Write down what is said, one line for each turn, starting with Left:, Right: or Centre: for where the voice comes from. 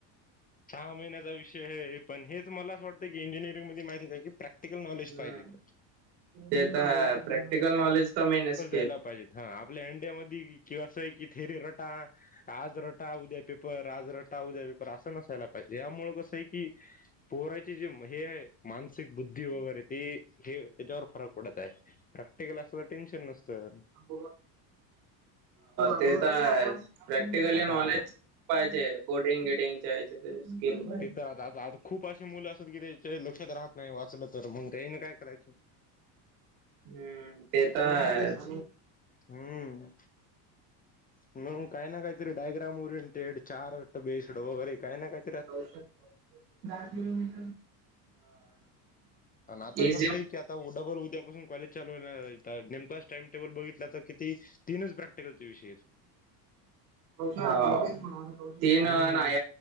Left: सहा महिन्याचा विषय हे पण हेच मलाच वाटत. इजिअरिंगमध्ये माहिती का की प्रॅक्टिकल नॉलेज
Right: हम्म.
Left: पाहिजे तर
Right: ते तर प्रॅक्टिकल नॉलेज तर मेनस
Left: पाहिजे हा आपल्या अंड्यामध्ये किवा असं आहे की थेरे रटा आज रटा उद्या पेपर आज रटा उद्या पेपर असं नसायला पाहिजे यामुळ कसं आहे की. पोराची जे हे आहे मानसिक बुद्धी वगैरे तेी हे तेच्यावर फरक पडताय प्रॅक्टिकल असल टेन्शन नसतं
Right: <inaudible> ते तर हायेच प्रॅक्टिकली
Left: आता
Right: नॉलेज पाहिजे कोडिंग गेडिंगच्या <unintelligible> स्किल पाहिजे
Left: <unintelligible> आता खूप अशे मुलं असतात की त्याच्या लक्षात राहत नाही वाचलं तर मग तेन काय करायचं
Right: हम्म ते <unintelligible> त हायच
Left: हम्म मग काही ना काहीतरी डायग्राम ओरिएंटेड चार बेस्ड वगैरे काय ना काही
Right: औष-
Left: आण आता
Right: इझी
Left: कसं आहे की आता डबल उद्यापासून कॉलेज चालू नेम क्लास टाइम टेबल बघितला तर किती तीनच प्रॅक्टिकलचे विषय आहेत.
Right: हा तीन
Left: हम्म
Right: नाही